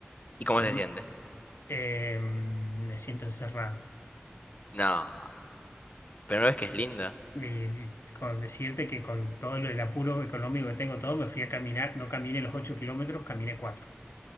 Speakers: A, on the left; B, on the left.
A: ¿Y cómo
B: Em,
A: se siente?
B: em, me siento encerrado.
A: No, pero no ves que es linda.
B: Y con decirte que con todo lo, el apuro económico que tengo todo, me fui a caminar, no caminé los 8 kilómetros, caminé 4.